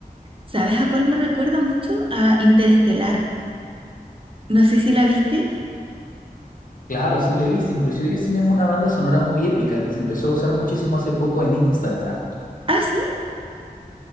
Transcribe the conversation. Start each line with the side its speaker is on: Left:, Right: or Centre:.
Right: ¿Sabes a cuál me recuerda mucho? A Interestelar. No sé si la viste.
Left: Claro, sí le he visto, inclusive ellos tienen una banda sonora muy épica que se empezó a usar muchísimo hace poco en Instagram.
Right: Ah, sí.